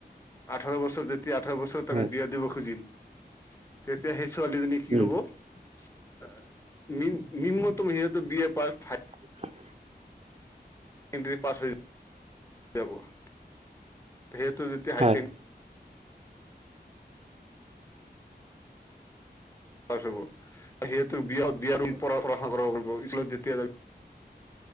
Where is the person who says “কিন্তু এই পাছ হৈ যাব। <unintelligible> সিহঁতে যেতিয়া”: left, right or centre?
Left